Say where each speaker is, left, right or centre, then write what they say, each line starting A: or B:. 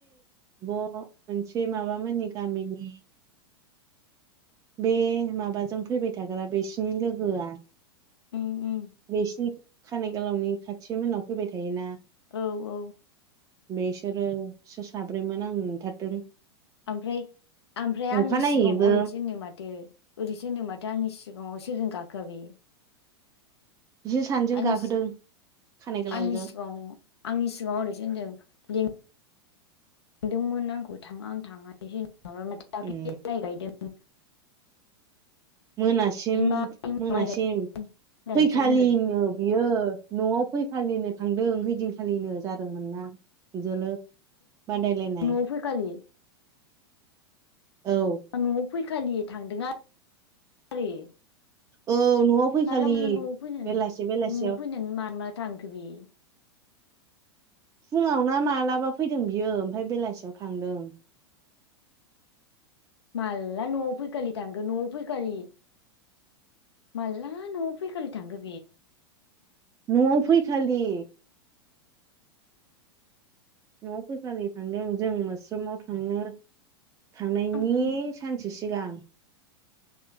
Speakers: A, on the right (about 25°); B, on the left (about 80°).
A: ब मोनसे माबामोननि गामिनि
B: <inaudible>
A: बे माबाजों फैबाय थाग्रा बिसिनि लोगोआ
B: उम उम
A: बिसिनि खानाय गोलावनि खाथि मोननाव फैबाय थायोना
B: औ औ
A: बेसोरोसो साब्रैमोन आं नुथारदों
B: ओमफ्राय। ओमफ्राय आंनि
A: अखानायैबो
B: सिगाङाव ओरैसो होनो माथो ओरैसो होनो माथो आंनि सिगाङाव सोरजों गाखो <unintelligible>
A: बिसोर सानैजों
B: आंनि
A: गाखोदों खानाय गोलावजों
B: आंनि सिगाङाव आंनि सिगाङाव ओरैसो होनदों ल लेंदोंमोन आंखौ थाङा आं थांनानै जा माथो दाख्लै
A: उम
B: गायदोंमोन
A: मोनासिम
B: बिमानि
A: मोनासिम
B: माइ गायदों होननानैसो
A: फैखालिनो
B: बुंदों
A: बियो न'आव फै खालिनो थांदों हैैदिनखालिनो जादोंमोन ना जोलुर। बादायलायनाय
B: न'आव फैखालि
A: औ
B: आं न'आव फैखालि थांदों आरो खालि
A: औ न'आव फैखालि
B: माला माला न'आव फैनानै
A: बेलासि बेलासियाव
B: न'आव फैनानै माला माला थांखो बेयो? <inaudible>
A: फुंआव ना मालाबा फैदों बियो ओमफ्राय बेलासियाव थांदों
B: माला न'आव फैखालि थांखो न'आव फैखालि माला न'आव फैखालि थांखो
A: न'आव फैखालि। न'आव फैखालि थांदों जों आस्रमाव थांनो थांनायनि
B: बे
A: सानसे सिगां।